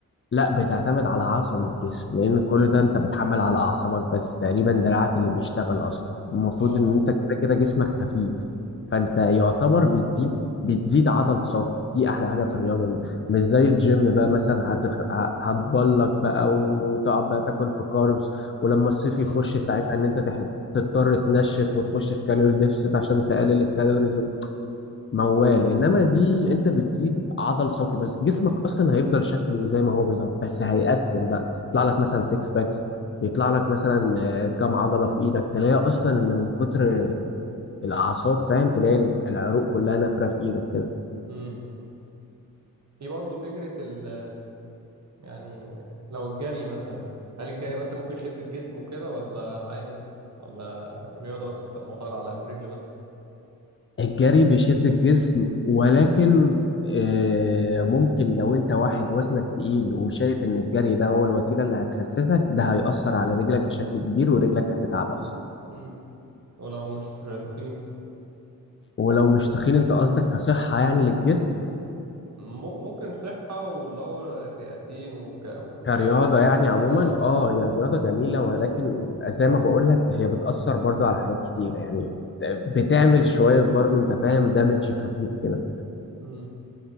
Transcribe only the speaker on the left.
لا بتعتمد على عصب الجسم لان كل ده انت بتحمل على اعصابك بس تقريبا دراعك اللي بيشتغل اصلا المفروض
ان انت كده كده جسمك خفيف فانت يعتبر بتزيد بتزيد عضل صافي دي احلى حاجه في الرياضه دي مش زي الجيم بقى مثلا هت... ه- هتبلك بقى وتقعد بقى تاكل في كاربس ولما الصيف
يخش ساعتها ان انت تح... تضطر تنشف وتخش في كالوري ديفست عشان تقلل الكالوريز موال انما دي انت بتزيد عضل صافي بس جسمك اصلا هيفضل شكله زي ما هو بالظبط بس هيقسم بقى يطلع لك مثلا سكس باكس يطلع لك مثلا آه، كام عضله في ايدك تلاقي اصلا ان من كتر الاعصاب فاهم تلاقي العروق كلها نافره في ايدك كده
الجري بيشد الجسم ولكن آه، ممكن لو انت واحد وزنك تقيل وشايف ان الجري ده هو الوسيله اللي هتخسسك ده هيأثر على رجلك بشكل كبير ورجلك هتتعب اصلا
ولو مش تخين انت قصدك كصحة يعني للجسم
كرياضة
يعني عموما
اه هي رياضة جميلة ولكن زي ما بقولك هي بتأثر برضو على حاجات كتير يعني بتعمل شوية برضو انت فاهم دامج خفيف كده